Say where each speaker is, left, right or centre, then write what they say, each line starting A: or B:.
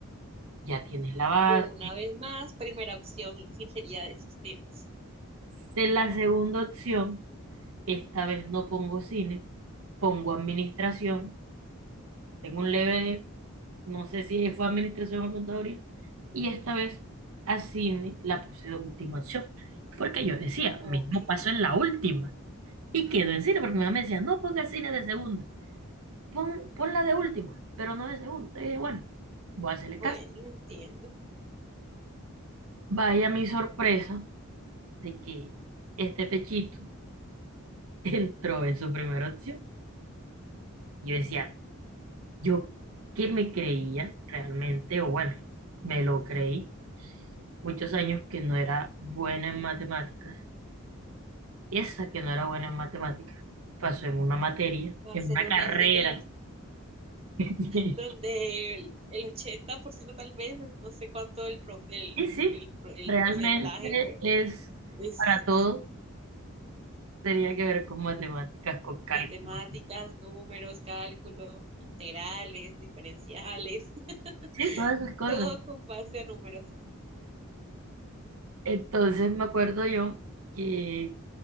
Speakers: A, on the right; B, on the right.
A: ya tienes la base.
B: Una vez más, primera opción, <laughs> ingeniería de sistemas.
A: Hice la segunda opción, esta vez no pongo cine, pongo administración, tengo un leve, no sé si fue administración o contaduría, y esta vez a cine la puse de última opción, porque yo decía,
B: Ok,
A: mismo paso en la última, y quedo en cine, porque mi mamá me decía, no ponga cine de segunda, pon, ponla de última, pero no de segunda. Y dije, bueno, voy a hacerle
B: bueno,
A: caso.
B: entiendo.
A: Vaya mi sorpresa de que este pechito <laughs> entró en su primera opción. Yo decía, yo que me creía realmente, o bueno, me lo creí muchos años que no era buena en matemáticas. Esa que no era buena en matemáticas pasó en una materia,
B: Va
A: en
B: a ser
A: una carrera.
B: una ingeniera,
A: <laughs>
B: donde el, el ochenta por ciento tal vez, no sé cuánto el, pro- el,
A: Y sí,
B: el, pro- el
A: realmente
B: porcentaje, pero
A: es
B: es
A: para todo, tenía que ver con matemáticas, con cálculo.
B: matemáticas, números, cálculos, integrales, diferenciales, <laughs>
A: Sí, todas esas cosas.
B: todo con base a números.
A: Entonces me acuerdo yo que